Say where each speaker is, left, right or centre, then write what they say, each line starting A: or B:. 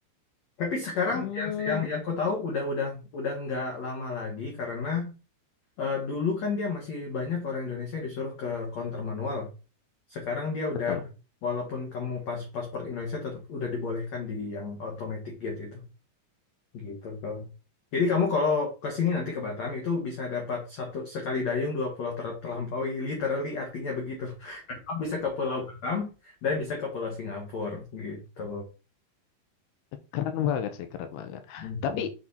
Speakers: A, on the left; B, on the left.
A: Tapi sekarang
B: Hmm,
A: yang yang yang aku tahu udah udah udah nggak lama lagi karena eh, dulu kan dia masih banyak orang Indonesia yang disuruh ke counter manual. Sekarang dia udah,
B: Betul.
A: walaupun kamu pas paspor Indonesia tetap udah dibolehkan di yang automatic gate itu, gitu kok. Jadi kamu kalau ke sini nanti ke Batam itu bisa dapat satu sekali dayung dua pulau ter terlampaui, literally artinya begitu. <laughs> Karena Kamu bisa ke Pulau Batam dan bisa ke Pulau Singapura gitu.
B: Keren banget sih, keren banget.
A: Mhm.
B: Tapi